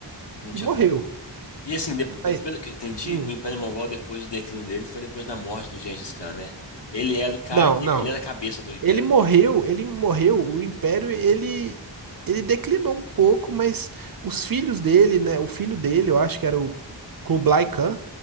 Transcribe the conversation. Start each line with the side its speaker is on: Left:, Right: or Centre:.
Left: não
Right: e
Left: tinha
Right: morreu.
Left: como. E assim, de-
Right: Mas,
Left: e pelo que eu entendi,
Right: hum,
Left: o Império Mongol, depois do declínio dele, foi depois da morte do Gengis Khan, né? Ele era o cara
Right: não,
Left: que.
Right: não.
Left: Ele era a cabeça do Império.
Right: Ele morreu,
Left: né?
Right: ele morreu, o império ele ele declinou um pouco, mas os filhos dele, né, o filho dele, eu acho que era o Kublai Khan,